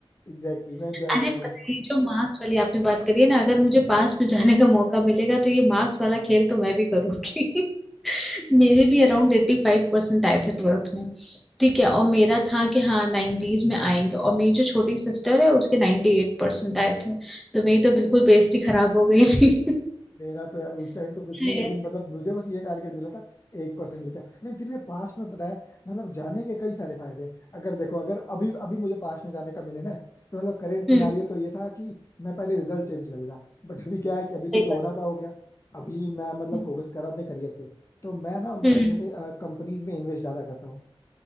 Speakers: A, on the left; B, in the centre.
A: एग्जैक्टली exactly, मैं एंजॉय
B: अरे
A: करूँ
B: पता
A: बस उसको
B: है ये जो मार्क्स वाली आपने बात करी है ना अगर मुझे पास में जाने का मौका मिलेगा तो ये मार्क्स वाला खेल तो मैं भी करूंगी <laughs> मेरे भी अराउंड एट्टी फाइव परसेंट आए थे ट्वेल्थ में ठीक है और मेरा था कि हाँ नाइन्टीज में आएंगे और मेरी जो छोटी सिस्टर है उसके नाइन्टी एट परसेंट आए थे तो मेरी तो बिल्कुल बेइज्जती खराब हो गई थी <laughs>
A: मेरा तो यार उस टाइम तो कुछ
B: हम्म,
A: नहीं लेकिन मतलब मुझे बस ये टारगेट मिला था एक परसेंट लेके आओ। नहीं फिर भी पास्ट में पता है मतलब जाने के कई सारे फायदे हैं अगर देखो अगर अभी अभी मुझे पास्ट में जाने का मिले ना तो मतलब करेंट सिनारियो
B: हम्म,
A: तो ये था कि मैं पहले रिजल्ट चेंज कर लेता बट अभी क्या है कि अभी तो
B: सही
A: जो
B: बात
A: होना था हो गया अभी मैं मतलब
B: है।
A: फोकस कर रहा हूं अपने करियर पे तो मैं ना मतलब
B: हम्म
A: जैसे कंपनीज में इन्वेस्ट ज्यादा करता हूँ